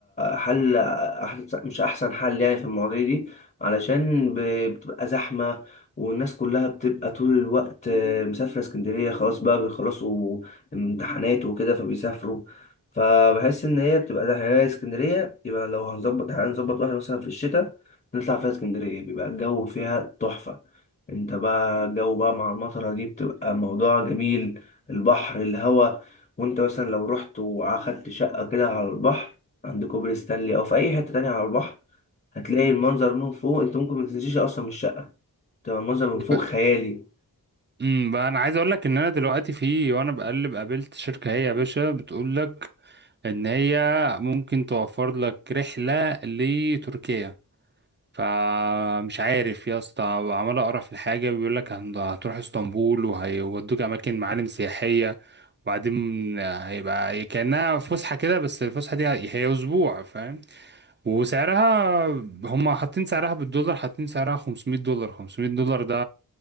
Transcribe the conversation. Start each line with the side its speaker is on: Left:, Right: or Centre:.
Left: حل أحسن مش احسن حل يعني في المواضيع دي علشان ب- بتبقى زحمه والناس كلها بتبقى طول الوقت آه، مسافره اسكندريه خلاص بقى بيخلصوا امتحانات وكده فبيسافروا فبحس ان هي بتبقى زحمه يعني اسكندريه يبقى لو هنظبط هنظبط واحده مثلا في الشتاء نطلع فيها اسكندريه بيبقى الجو فيها تحفه انت بقى جو بقى مع المطرة دي بتبقى موضوع جميل البحر الهوا وانت مثلا لو رحت واخدت شقة كده على البحر عند كوبري ستانلي او في اي حتة تانية على البحر هتلاقي المنظر من فوق انت ممكن ما تنسيش اصلا من الشقة تبقى المنظر من فوق
Right: مم.
Left: خيالي
Right: امم بقى انا عايز اقول لك ان انا دلوقتي في وانا بقلب قابلت شركه هي يا باشا بتقول لك ان هي ممكن توفر لك رحله لتركيا فمش عارف يا اسطى عمال اقرا في الحاجه بيقول لك هن- هتروح اسطنبول وهيودوك اماكن معالم سياحيه وبعدين هيبقى كانها فسحه كده بس الفسحه دي هي اسبوع فاهم وسعرها هم حاطين سعرها بالدولار حاطين سعرها 500 دولار 500 دولار ده